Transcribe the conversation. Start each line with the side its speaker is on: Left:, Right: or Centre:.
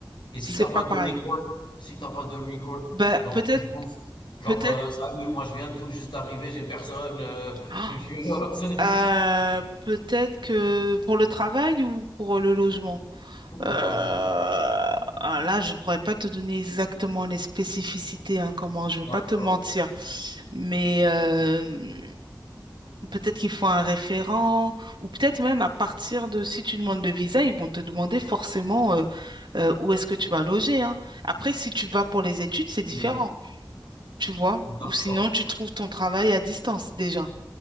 Left: et si
Right: c'est
Left: t'as
Right: pas
Left: pas de
Right: pareil.
Left: record si t'as pas de record
Right: Bah,
Left: dans
Right: peut-être,
Left: en France genre
Right: peut-être,
Left: euh, salut moi je viens tout juste d'arriver j'ai personne euh,
Right: <gasps>
Left: <laughs> je suis-
Right: ah, euh, peut-être que pour le travail ou pour le logement.
Left: <laughs> pour le
Right: Euh,
Left: logement
Right: ah, là, je pourrais pas te donner exactement les spécificités, hein, comment, je veux
Left: d'accord
Right: pas te mentir. Mais euh, Peut-être qu'il faut un référent, ou peut-être même à partir de, si tu demandes de visa, ils vont te demander forcément euh, euh, où est-ce que tu vas loger, hein. Après, si tu vas pour les études, c'est différent,
Left: oui
Right: tu vois.
Left: d'accord
Right: Ou sinon, tu trouves ton travail à distance déjà.